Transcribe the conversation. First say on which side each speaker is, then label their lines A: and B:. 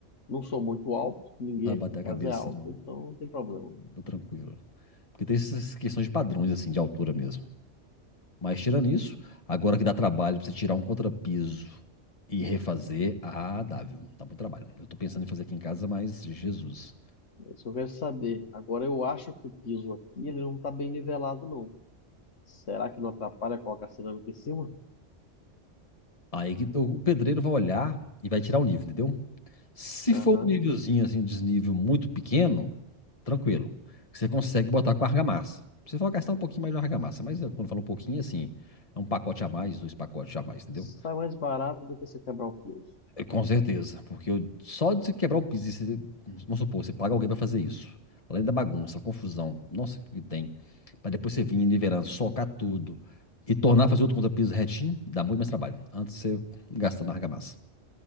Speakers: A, on the left; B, on the left.
A: Não sou muito alto, ninguém
B: não vai
A: aqui
B: bater
A: em casa
B: a cabeça,
A: é alto,
B: não.
A: então não tem problema.
B: Tá tá tranquilo. Porque tem essas questões de padrões, assim, de altura mesmo. Mas tirando isso, agora que dá trabalho pra você tirar um contrapiso e refazer, ah, dá, viu? Dá muito trabalho. Eu tô pensando em fazer aqui em casa, mas Jesus.
A: É isso que eu quero saber. Agora, eu acho que o piso aqui ele não está bem nivelado, não. Será que não atrapalha colocar cerâmica em cima?
B: Aí que o o pedreiro vai olhar e vai tirar o nível, entendeu? Se
A: Aham.
B: for um nívelzinho assim, um desnível muito pequeno, tranquilo. Você consegue botar com argamassa. Você vai gastar um pouquinho mais de argamassa, mas eu- quando fala um pouquinho assim, é um pacote a mais, dois pacotes a mais, entendeu?
A: Sai mais barato do que você quebrar o piso.
B: É, Com certeza, porque eu- só de você quebrar o piso, e você, vamos supor, você paga alguém pra fazer isso, além da bagunça, a confusão, nossa, que tem, Pra depois você vir nivelando, socar tudo e tornar fazer outro contra-piso retinho, dá muito mais trabalho. Antes você gasta na argamassa.